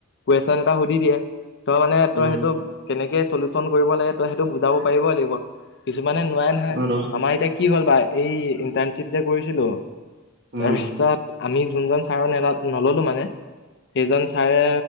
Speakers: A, on the left; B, on the right.
A: কুৱেশন এটা সুধি দিয়ে তই মানে
B: উম,
A: তই সেইটো কেনেকে চলিউচন কৰিব লাগে তই সেইটো বুজাব পাৰিব লাগিব কিছুমানে নোৱাৰে নহয়
B: আৰু
A: আমাৰ এতিয়া কি হ'ল বা এই ইণ্টাৰ্ণশ্বিপ যে কৰিছিলো
B: উম,
A: তাৰপিছত আমি যোনজন ছাৰৰ ন নললো মানে সেইজন ছাৰে